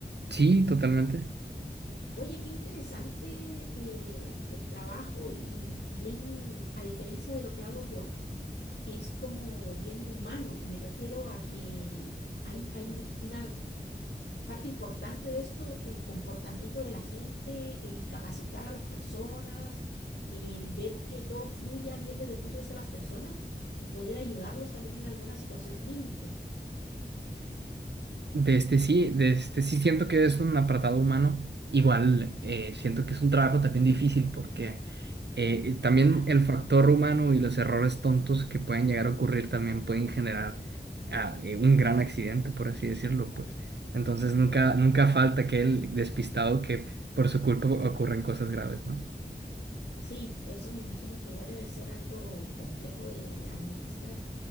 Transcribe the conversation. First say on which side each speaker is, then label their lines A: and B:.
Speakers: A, on the right; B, on the left.
A: sí, totalmente.
B: Oye, qué interesante eh, el trabajo y bien, a diferencia de lo que hago yo, es como bien humano. Me refiero a que hay, hay un- una Parte importante de esto, el comportamiento de la gente, el capacitar a las personas, el ver que todo fluya bien desde el punto de vista de las personas y poder ayudarlos también en alguna situación límite.
A: De este sí, de este sí siento que es un apartado humano. Igual
B: Mm,
A: eh, siento que es un trabajo también difícil porque eh, también
B: Claro,
A: el factor humano y los errores tontos que pueden llegar a ocurrir también pueden generar ah, eh, un gran accidente, por así decirlo, pues. Entonces nunca,
B: claro.
A: nunca falta aquel despistado que por su culpa ocurren cosas graves, ¿no?
B: Sí, eso me imagino que igual debe ser algo complejo de administrar.